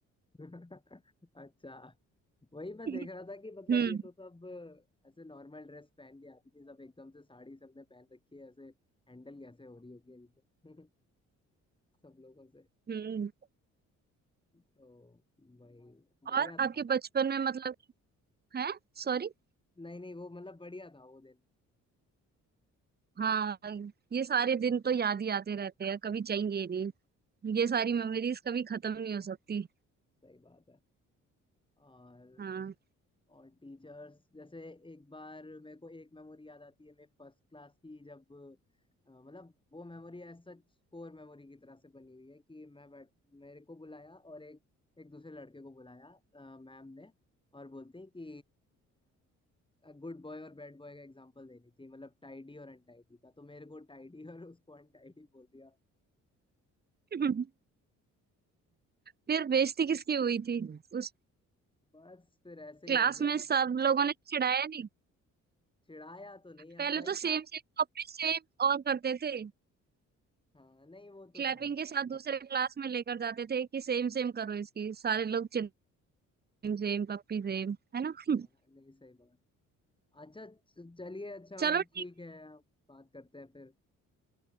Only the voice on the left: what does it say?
<laughs> अच्छा वही मैं
देख रहा था कि मतलब
ये तो सब ऐसे नॉर्मल ड्रेस पहन के आती थी सब एकदम से साड़ी सबने पहन रखी है ऐसे हैंडल कैसे हो रही होगी इनसे <laughs> सब लोगों से
तो वही बढ़िया
था
नहीं नहीं वो मतलब बढ़िया था वो दिन
हाँ,
सही बात है और
और टीचर्स जैसे एक बार मेरे को एक मेमोरी याद आती है मेरे फर्स्ट क्लास की जब अ, मतलब वो memory as such core memory की तरह से बनी हुई है कि मैं बैठ मेरे को बुलाया और एक एक दूसरे लड़के को बुलाया अ, मैम ने और बोलते हैं कि गुड बॉय और बैड बॉय का एग्जांपल देनी थी मतलब टाइडी और अनटाइडी का तो मेरे को टाइडी और उसको अनटाइडी बोल दिया
बस फिर ऐसे ही
हो गया
चिढ़ाया तो नहीं अब
वही
था
हाँ नहीं वो तो
था ही
हाँ
नहीं सही बात अच्छा च- चलिए अच्छा
ठीक है अब बात करते हैं फिर